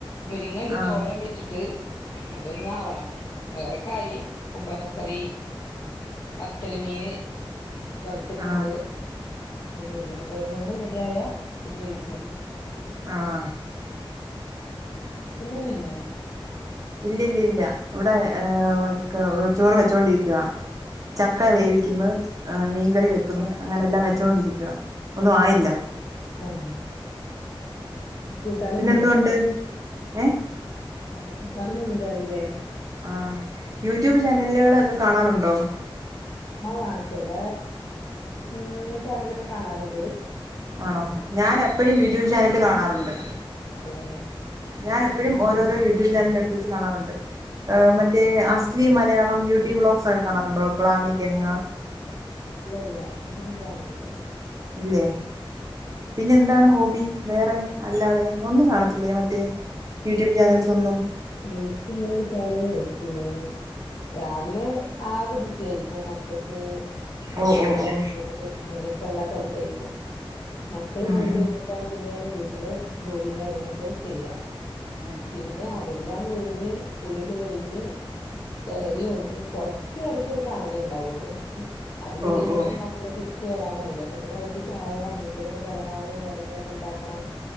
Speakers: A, on the left; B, on the right.
A: മുരിങ്ങണ്ട്
B: ആ
A: തോരം വെച്ചിട്ട് അതൊന്നാവണം വേറെക്കായി കുമ്പളങ്ങക്കറീ വത്തല് മീന് വർത്തിട്ട്ണ്ട്
B: ആ
A: ഇനി മുരിങ്ങാത്തോരനും കൂടെ റെഡിയായ ഫുഡ് കഴിക്കാന്
B: ആഹ്
A: <unintelligible> കഴിഞ്ഞാ
B: ഇല്ല ല്ല ല്ലാഹ് ഇവിടെ ഏഹ് ക്കെ ചോറ് വെച്ചോണ്ടിരിക്കിയാ ചക്ക
A: ഏഹ്
B: വേവിക്ക്ന്ന് ഏഹ് മീൻകറി വെക്ക്ന്ന് അങ്ങനെല്ലാം വെച്ചൊണ്ടിരിക്കുവാ ഒന്നും ആയില്ല
A: ആഹ് ആഹ് കൂട്ടാനും
B: പിന്നെന്തോ ഉണ്ട് ഏഹ്
A: ചക്കകൂട്ടാനും മീൻ കറിലേ
B: ആഹ് യൂട്യൂബ് ചാനല്ല്കളൊക്കെ കാണാറുണ്ടോ
A: ആഹ് ചെല ഉം ചാനലൊക്കെ കാണാറ്ണ്ട്
B: ആണോ ഞാനെ എപ്പഴും യൂട്യൂബ് ചാനല്ല് കാണാറുണ്ട്
A: അതെല്ലേ
B: ഞാനെപ്പഴും ഓരോ രോ യൂട്യൂബ് ചാനല് എട്ത്ത് വച്ച് കാണറുണ്ട് ഏഹ് മറ്റേ
A: ആഹ്
B: അസ്ലി മലയാളം ബ്യൂട്ടി വ്ലോഗ്സ് ക്കെ കാണാറുണ്ടോ ഗ്ലാമി ഗംഗാ
A: ഇല്ല ഇല്ല അതൊന്നും കാണാറില്ല
B: ഇല്ലേ
A: ഇല്ല
B: പിന്നെ എന്താണ് ഹോബി വേറെ അല്ലാതെ ഒന്നും കാണത്തില്ലേ മറ്റേ യൂട്യൂബ്
A: പിന്നെ
B: ചാനൽസ് ഒന്നും
A: എനിക്ക് എങ്ങനെച്ചാല് പിന്നെ രാവിലെ ആകെ ബിസി ആയ്രിക്കും മക് ക്കക്ക് മദ്രസാ
B: ഓ ഓ ഓ
A: സ്കൂള് അങ്ങനെയൊക്കെ ഒള്ള തെരക്കായിരിക്കും മക്കള്
B: ഉം
A: പോയി
B: ഉം
A: കഴിഞ്ഞിട്ടാണ് പിന്നെയാണ് വീട്ടിലേ ജോലിയും കാര്യങ്ങളൊക്കെ ചെയ്യാ
B: ഉം ഉം
A: പിന്നെ
B: ഉം
A: അതെല്ലാം കഴിഞ്ഞ് കുളിയൊക്കെ കഴിഞ്ഞ് കേറി ഒന്ന് കൊറച്ച് നേരത്തെ ഒരു കാണലേ ണ്ടാവൊള്ളൂ അത് കഴിയുമ്പോതിന്
B: ഓ ഓ
A: മ ക്കൾ തിരിച്ച് വെരാനാവുല്ലേ അപ്പതിന് അവർക്ക് ചായ എന്തെങ്കിലൊക്കെ പലഹാരവും കാര്യങ്ങളൊക്കെ ണ്ടാക്കണം